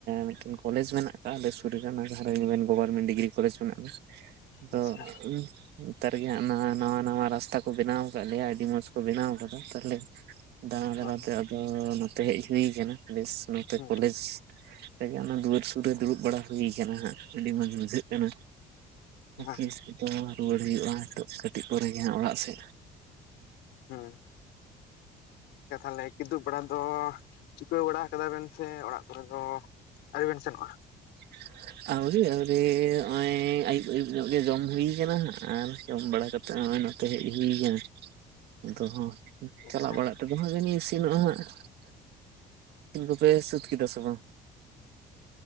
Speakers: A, on the right (about 75°); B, on the left (about 85°).
A: ᱢᱤᱫᱴᱮᱱ ᱠᱚᱞᱮᱡᱽ ᱢᱮᱱᱟᱜ ᱟᱠᱟᱜ-ᱟ ᱟᱞᱮ ᱥᱮᱫ, ᱟᱹᱰᱤ ᱜᱟᱱ ᱜᱚᱵᱷᱚᱨᱢᱮᱱᱴ ᱰᱤᱜᱽᱨᱤ ᱠᱚᱞᱮᱡᱽ ᱢᱮᱱᱟᱜ ᱫᱚ
B: ᱟᱪᱪᱷᱟ
A: ᱟᱫᱚ ᱱᱮᱛᱟᱨ ᱜᱮ ᱦᱟᱸᱜ <unintelligible> ᱱᱟᱣᱟ ᱱᱟᱣᱟ ᱨᱟᱥᱛᱟ ᱠᱚ ᱵᱮᱱᱟᱣ ᱟᱠᱟᱫ ᱞᱮᱭᱟ ᱟᱹᱰᱤ ᱢᱚᱸᱡᱽ ᱠᱚ ᱵᱮᱱᱟᱣ ᱟᱠᱟᱫᱟ᱾ ᱛᱟᱦᱞᱮ ᱫᱟᱬᱟ ᱫᱟᱬᱟ
B: ᱦᱳᱭ
A: ᱛᱮ ᱟᱫᱚ ᱱᱚᱛᱮ ᱦᱮᱡ ᱦᱩᱭ ᱠᱟᱱᱟ ᱵᱮᱥ ᱛᱮ
B: ᱦᱩᱸ
A: ᱠᱚᱞᱮᱪ <unintelligible> ᱚᱱᱟ ᱫᱩᱣᱟᱹᱨ ᱥᱩᱨ ᱨᱮ ᱫᱩᱲᱩᱵ ᱵᱟᱲᱟ ᱦᱩᱭ ᱠᱟᱱᱟ ᱦᱟᱜ ᱟᱹᱰᱤ ᱢᱚᱸᱡᱽ ᱵᱩᱡᱷᱟᱹᱜ ᱠᱟᱱᱟ᱾
B: ᱦᱳᱭ
A: <unintelligible> ᱛᱚ ᱨᱩᱣᱟᱹᱲ ᱦᱩᱭᱩᱜᱼᱟ ᱱᱤᱛᱚᱜ ᱠᱟᱹᱴᱤᱡ ᱯᱚᱨᱮ ᱜᱮ ᱦᱟᱸᱜ ᱚᱲᱟᱜ ᱥᱮᱫ᱾
B: ᱦᱮᱸ ᱪᱤᱠᱠᱟ ᱛᱟᱦᱚᱞᱮ ᱠᱤᱫᱩᱵ ᱵᱟᱲᱟ ᱫᱚ ᱪᱩᱠᱟᱹᱣ ᱵᱟᱲᱟ ᱠᱟᱫᱟ ᱵᱮᱱ ᱥᱮ ᱚᱲᱟᱜ ᱠᱚᱨᱮ ᱫᱚ ᱟᱹᱣᱨᱤ ᱵᱮᱱ ᱥᱮᱱᱚᱜᱼᱟ ᱦᱟᱸᱜ,
A: <inaudible> ᱟᱹᱣᱨᱤ ᱟᱹᱣᱨᱤ ᱦᱚᱸᱜᱼᱚᱭ ᱟᱹᱭᱩᱵ ᱟᱹᱭᱩᱵ ᱧᱚᱜ ᱜᱮ ᱡᱚᱢ ᱦᱩᱭ ᱠᱟᱱᱟ ᱦᱟᱜ ᱟᱨ ᱡᱚᱢ ᱵᱟᱲᱟ ᱠᱟᱛᱮ ᱦᱚᱸᱜᱼᱚᱭ ᱱᱚᱛᱮ ᱦᱮᱡ ᱦᱩᱭ ᱟᱠᱟᱱ ᱟᱫᱚ ᱦᱟᱸ
B: ᱟᱪᱪᱷᱟ
A: ᱪᱟᱞᱟᱜ ᱵᱟᱲᱟᱜ ᱛᱮᱫᱚ ᱦᱟᱸᱜ ᱡᱟᱹᱱᱤ ᱤᱥᱤᱱᱚᱜᱼᱟ ᱦᱟᱸᱜ ᱾ ᱤᱥᱤᱱ ᱠᱚᱯᱮ ᱥᱟᱹᱛ ᱠᱮᱫᱟ ᱥᱮ ᱵᱟᱝ?